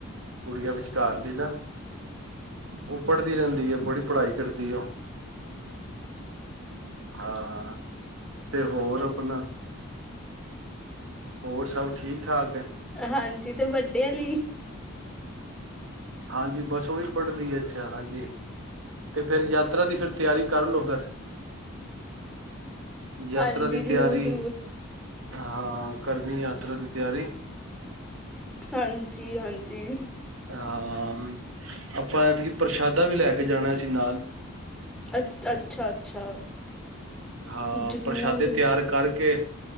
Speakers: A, on the right; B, in the centre.
A: ਗੁੜੀਆਂ ਵਿਚਕਾਰ ਲੀ ਨਾ ਉਹ ਪੜ੍ਹਦੀ ਰਹਿੰਦੀ ਹੈ, ਬੜੀ ਪੜ੍ਹਾਈ ਕਰਦੀ ਐ। ਹਾਂ ਤੇ ਹੋਰ ਆਪਣਾ ਹੋਰ ਸਭ ਠੀਕ ਠਾਕ ਏ।
B: ਹਾਂਜੀ ਤੇ ਵੱਡੇ ਆਲੀ।
A: ਹਾਂਜੀ ਬਸ ਉਹ ਵੀ ਪੜਦੀ ਹੈ, ਅੱਛਾ ਹਾਂਜੀ ਤੇ ਫੇਰ ਯਾਤਰਾ ਦੀ ਫਿਰ ਤਿਆਰੀ ਕਰਲੋ ਫਿਰ ਯਾਤਰਾ
B: ਹਾਂਜੀ
A: ਦੀ
B: ਜ਼ਰੂਰ
A: ਤਿਆਰੀ
B: ਜ਼ਰੂਰ
A: ਹਾਂ। ਕਰਨੀ ਯਾਤਰਾ ਦੀ ਤਿਆਰੀ।
B: ਹਾਂਜੀ-ਹਾਂਜੀ।
A: ਹਾਂ ਆਪਾਂ ਐਤਕੀ ਪ੍ਰਸ਼ਾਦਾ ਵੀ ਲੈ ਕੇ ਜਾਣਾ ਸੀ ਨਾਲ
B: ਅੱਛਾ ਅੱਛਾ ਅੱਛਾ,
A: ਹਾਂ
B: ਜ਼ਰੂਰ
A: ਪ੍ਰਸ਼ਾਦੇ ਤਿਆਰ ਕਰਕੇ